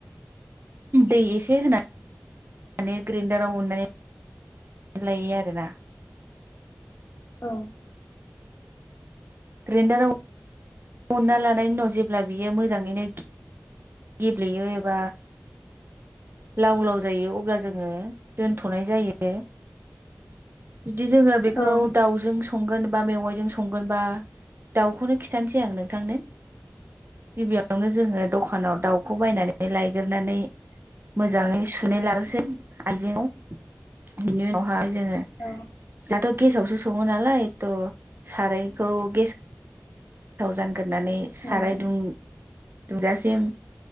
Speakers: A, on the right; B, on the left.
A: दै एसे होनानै माने ग्रेन्दाराव अननानै लायो आरोना
B: औ
A: ग्रेन्दाराव उनना लानायनि उनाव जेब्ला बियो मोजाङैनो गेब्लेयो एबा लाव लाव जायो अब्ला जोङो दोनथ'नाय जायो बिदि जोङो बेखौ
B: औ
A: दाउजों संगोन बा मेवायजों संगोनबा दाउखौनो खिथासै आं नोंथांनो गिबियावनो जोङो दखानाव दाउखौ बायनानै लायगोरनानै मोजाङै सुनाय लानोसै आइजेंआव बेनि उनावहाय जोङो
B: औ
A: दाथ' गेसावसो सङो नालाय थ' सारायखौ गेस थाव जान गोरनानै
B: औ
A: साराय दुं दुंजासिम